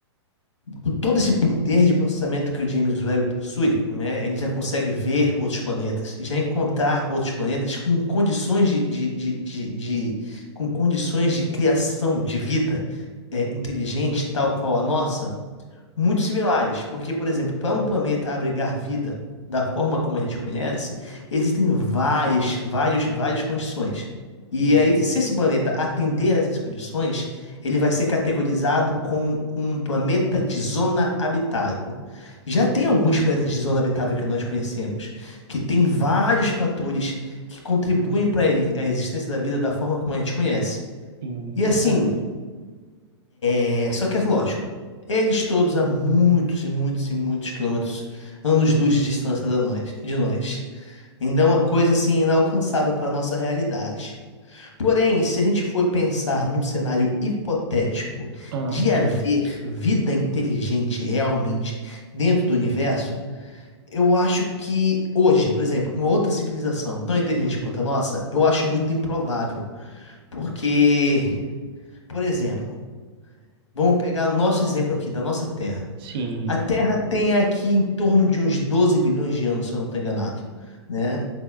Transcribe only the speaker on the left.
com todo esse poder de processamento que o James Webb possui, né, ele já consegue ver outros planetas, já encontrar outros planetas com condições de, de, de, de- de- com condições de criação de vida é, inteligente, tal qual a nossa, muito similares, porque, por exemplo, para um planeta abrigar vida da forma como a gente conhece, existem várias, várias, várias condições. E
aí, se esse planeta atender a essas condições, ele vai ser categorizado como um planeta de zona habitável. Já tem alguns planetas de zona habitável que nós conhecemos, que tem vários fatores que contribuem para a existência da vida da forma como a gente conhece.
E
assim, é, só que é lógico. Eles todos há muitos e muitos e muitos quilômetros, anos-luz de distância da nós, de nós. Então é uma coisa assim inalcançável para nossa realidade. Porém, se a gente for pensar num cenário hipotético
de haver vida inteligente realmente dentro do universo, eu acho que hoje, por exemplo, uma outra civilização tão inteligente quanto a nossa, eu acho muito improvável, porque, por exemplo, vamos pegar nosso exemplo aqui da nossa Terra.
A Terra tem aqui em torno de uns 12 bilhões de anos, se eu não estou enganado, né?